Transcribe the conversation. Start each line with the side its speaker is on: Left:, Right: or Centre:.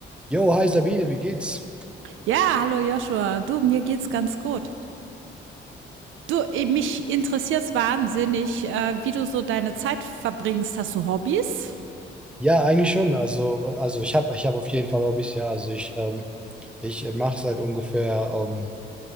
Centre: Jo, hi Sabine, wie geht's?
Right: Ja, hallo Joshua. Du, mir geht's ganz gut. Du, eh, mich interessiert's wahnsinnig, äh, wie du so deine Zeit verbringst. Hast du Hobbys?
Centre: Ja, eigentlich schon. Also, also ich habe ich hab auf jeden Fall Hobbys, ja. Also ich, ähm, ich mache seit ungefähr, ähm,